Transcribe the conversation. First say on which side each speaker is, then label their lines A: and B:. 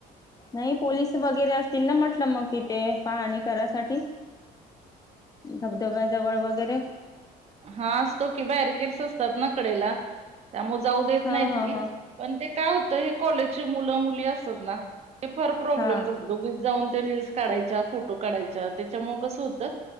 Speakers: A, on the left; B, on the right.
A: नाही पोलीस वगैरे असतील ना म्हटलं मग तिथे पाहाणी करायसाठी. धबधब्या जवळ वगैरे.
B: हा असतो की बॅरिकेडट्स असतात ना कडेला. त्यामुळे जाऊ देत
A: हा
B: नाहीत
A: हा
B: की
A: हा
B: पण ते काय होत हे कॉलेजचे मुलं मुली असतातना. ते फार प्रॉब्लेम
A: हा
B: करतात उगीच जाऊन ते रिल्स काढायच्या फोटो काढायच्या त्याच्यामुळ कसं होतं.